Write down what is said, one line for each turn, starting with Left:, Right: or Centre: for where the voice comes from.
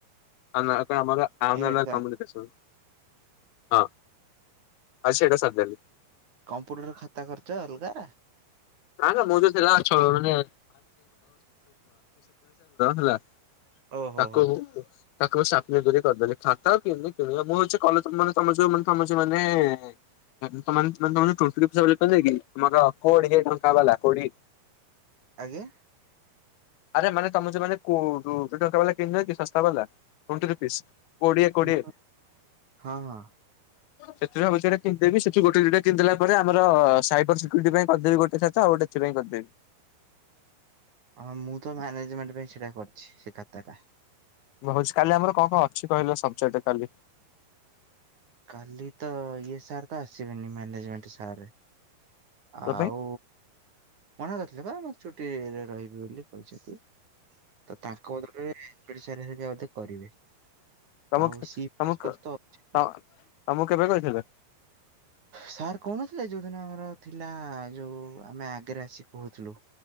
Left: ଆନାଆ କାଇଁ ଆମରା ଆମନା
Right: ହେଟା
Left: କମୁନିକେସନ୍ ଆଁ ଆଇ ସେଇଟା ସାର୍ଦେଲି।
Right: କମ୍ପୁଟର୍ ଖାତା କରିଚ ଅଲଗା?
Left: ହାଁ ନାଁ ମୁଁ ଯ ଥିଲାଛ୍ ଅଛ ମାନେ <unintelligible> ହେଲା।
Right: ଓହୋ
Left: ତାକୁ
Right: ହୋ
Left: ବୁ ତାକୁ କରିଦେବେ ଖାତା <unintelligible> ତମେ ସବୁ ମାନେ ଏଁ ଲୋକମାନେ ତେମାନେ ତମର ଟୁଇଣ୍ଟି ହିସାବ ରେ କି ମୋର କୋଡ଼ିଏ ଟଙ୍କା ବାଲା କୋଡ଼ି
Right: ଆଜ୍ଞା।
Left: ଆରେ ମାନେ ତମେ ଯୋମାନେ କୋ ଡୋ ସେ ଟଙ୍କା ବାଲା କିିନ୍ ଦେବା କି ଶସ୍ତା ବାଲା ଟୁଇଣ୍ଟି ରୁପିସ୍ କୋଡିଏ କୋଡିଏ
Right: <unintelligible> ହଁ ଅଁ
Left: ସେତିରୁ ଆବଶ୍ୟଟା କିନ୍ ଦେବି ସେଥି ଗୋଟେ ଦିଟା କିନ୍ ଦେଲା ପରେ ଆମର ସାଇ ପର୍ସିକ୍ୟୁରିଟି ପାଇଁ କର୍ଦେବି ଗୋଟେ ଥର୍ ତା ଗୋଟେଥି ପାଇଁ କର୍ ଦେବି
Right: ଅଁ ମୁଁ ତ ମ୍ୟାନେଜ୍ମେଣ୍ଟ ପାଇଁ ଛିଡ଼ା କର୍ଛି ସେ ଖାତାଟା
Left: କହୁଛି କାଲି ଆମର କଣ୍ କଣ୍ ଅଛି କହିଲ ସବ୍ଜେଟ୍ କାଲି
Right: କାଲି ତ ଇଏ ସାର୍ ତ ଆସିବେନି ମ୍ୟାନେଜ୍ମେଣ୍ଟ୍ ସାର୍
Left: ତୋ
Right: ଆଉ
Left: ପାଇଁ
Right: ମନା କର୍ ଥିଲେ ବା ମୁଁ ଛୁଟି ୟେ ରେ ରହିବୁ ବୋଲି ତ ତାଙ୍କ ବଦଳରେ ଓଡିଶାରେ ମଧ୍ୟ କରିବେ
Left: ତମୁକ୍
Right: ଆଉ ସି ପ୍ଲସ୍
Left: ତମୁକ୍
Right: ପ୍ଲସ୍ ତ ଅଛି।
Left: ତ ତମୁକ୍ କେବେ କହିଥିଲେ
Right: ସାର୍ କଉନଥିଲେ ଯୋଉଦିନ ଆମର ଥିଲା ଯୋଉ ଆମେ ଆଗେରେ ଆସିି ପହଚିଲୁ